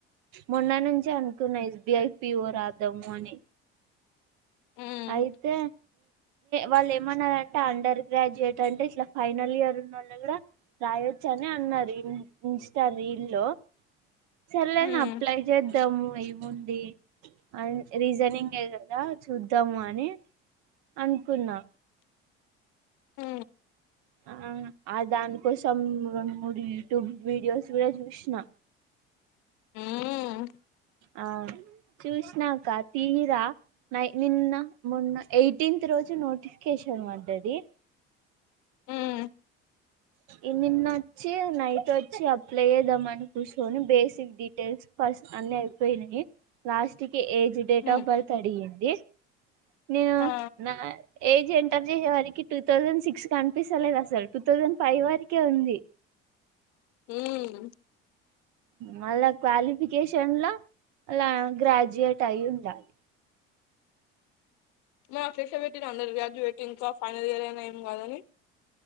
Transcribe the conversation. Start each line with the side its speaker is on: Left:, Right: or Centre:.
Right: మొన్న నుంచి అనుకున్నా ఎస్బిఐ పీఓ రాద్దాము అని
Left: ఉమ్
Right: అయితే వాళ్ళు ఏమన్నారంటే అండర్ గ్రాడ్యుయేట్ అంటే ఇట్లా ఫైనల్ ఇయర్ ఉన్నోళ్లని కూడా రాయొచ్చని అన్నారు ఇన్ ఇన్స్టారీల్ లో సర్లే అని
Left: ఉమ్
Right: అప్లై చేద్దాము అయి ఉంది అండ్ రీజనింగ్ ఏ కదా చూద్దాము చూద్దాం అని అనుకున్నా
Left: ఆ
Right: ఆ ఆ దానికోసం రెండు మూడు యూట్యూబ్ వీడియోస్ కూడా చూసిన
Left: ఉం
Right: ఆ చూస్నా అక్క తీరా నై నిన్న మొన్న ఎయిటీన్త్ రోజు నోటిఫికేషన్ పడ్డది
Left: ఉం
Right: ఈ నిన్న వచ్చి నైట్ వచ్చి అప్లై చేద్దాం అని కుర్సోని బేసిక్ డీటెయిల్స్ ఫస్ట్ అన్ని అయిపోయినియి లాస్ట్ కి age date
Left: um
Right: of birth అడిగింది నేను
Left: ఆ
Right: నా ఏజ్ ఎంటర్ చేసే వారికి టూ థౌజండ్ సిక్స్ కనిపిస్తలేదు అసలు టూ థౌజండ్ ఫైవ్ వరకే ఉంది
Left: ఉం
Right: మళ్ళ క్వాలిఫికేషన్ లో అల గ్రాజ్యుయట్ అయ్యుండాలి
Left: ఆ టెస్టు పెట్టిన అండర్ గ్రాడ్యుట్ ఇంకా ఫైనల్ ఇయర్ అయినా ఏం కాదని